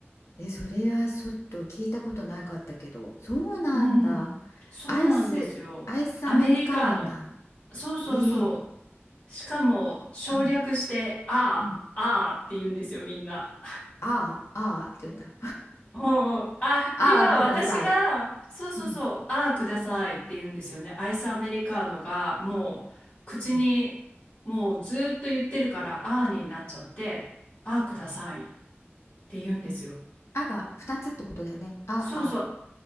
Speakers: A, on the left; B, on the left.
A: え、それはちょっと聞いたことなかったけど、そうなんだ。
B: うんそうなんですよアメリカーノ
A: アイス、アイスアメリカーノなん。
B: そうそうそ
A: ええ、
B: うしかも省略してああああって言うんですよみんな
A: うん、うん。ああ、ああって言うんだ。
B: うんうん、あ、
A: <laughs> ああ、
B: 今私が、
A: ください。
B: そうそうそう、
A: うん、
B: ああ、くださいって言うんですよね。アイスアメリカーノがもう口にもうずーっと言ってるから、
A: うん。
B: ああになっちゃって、ああ、くださいって言うんですよ。
A: あが2つってことだよね。ああ。
B: そうそう、